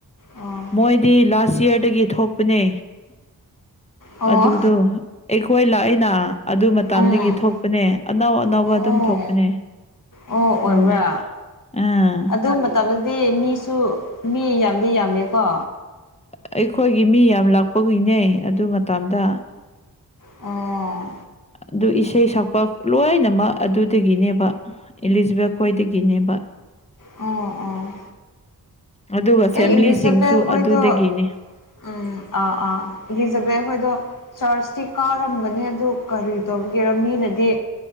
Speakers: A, on the left; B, on the left.
A: ꯑꯣ
B: ꯃꯣꯏꯗꯤ ꯂꯥꯁ ꯌꯥꯔꯗꯒꯤ ꯊꯣꯛꯄꯅꯦ
A: ꯑꯣ
B: ꯑꯗꯨꯗꯣ ꯑꯩꯈꯣꯏ ꯂꯥꯛꯏꯅ ꯑꯗꯨ ꯃꯇꯝꯗꯒꯤ
A: ꯎꯝ
B: ꯊꯣꯛꯄꯅꯦ ꯑꯅꯧ ꯑꯅꯧꯕ
A: ꯑꯣ
B: ꯑꯗꯨꯝ ꯊꯣꯛꯄꯅꯦ
A: ꯑꯣ ꯑꯣꯏꯕ꯭ꯔꯥ
B: ꯎꯝ ꯑꯥ
A: ꯑꯗꯨ ꯃꯇꯝ ꯇꯝꯗꯗꯤ ꯃꯤꯁꯨ ꯃꯤ ꯌꯥꯝꯗꯤ ꯌꯥꯝꯃꯦꯀꯣ
B: ꯑꯩꯈꯣꯏꯒꯤ ꯃꯤ ꯌꯥꯝ ꯂꯥꯛꯄꯒꯤꯅꯦ ꯑꯗꯨ ꯃꯇꯝꯗ
A: ꯑꯥ
B: ꯑꯗꯨ ꯏꯁꯩ ꯁꯛꯄ ꯂꯣꯏꯅꯃꯛ ꯑꯗꯨꯗꯒꯤꯅꯦꯕ ꯏꯂꯤꯖꯕꯦꯠ ꯈ꯭ꯋꯥꯏꯗꯒꯤꯅꯦꯕ
A: ꯑꯣ ꯑꯣ
B: ꯑꯗꯨꯒ
A: ꯑꯩ
B: ꯐꯦꯃꯤꯂꯤꯁꯤꯡꯁꯨ
A: ꯏꯂꯤꯖꯥꯕꯦꯠ ꯍꯣꯏꯗꯣ
B: ꯑꯗꯨꯗꯒꯤꯅꯤ
A: ꯎꯝ ꯑꯥ ꯑꯥ ꯏꯂꯤꯖꯥꯕꯦꯜ ꯍꯣꯏꯗꯣ ꯆꯥꯔꯖꯇꯤ ꯀꯥꯔꯝꯕꯅꯦ ꯑꯗꯨ ꯀꯔꯤ ꯇꯧꯕꯒꯤꯔ ꯃꯤꯅꯗꯤ